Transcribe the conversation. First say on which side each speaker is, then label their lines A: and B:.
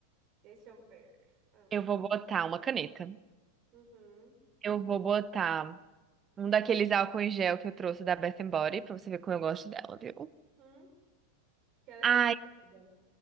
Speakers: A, on the right (about 40°); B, on the right (about 20°).
A: Deixa eu ver. Ah,
B: Eu vou botar uma caneta.
A: Uhum.
B: Eu vou botar um daqueles álcool em gel que eu trouxe da Bath Body, pra você ver como eu gosto dela, viu?
A: Uhum. Porque ela
B: Aí.
A: é muito querida.